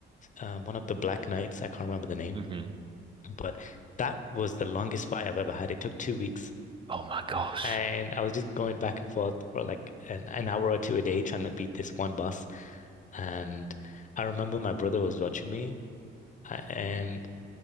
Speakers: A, on the left; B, on the right.
A: Um, one of the Black Knights, I can't remember the name,
B: <laughs> hmm
A: but that was the longest fight I've ever had. It took two weeks,
B: Oh my gosh.
A: and I was just going back and forth for like an, an hour or two a day trying to beat this one boss. And I remember my brother was watching me, a- and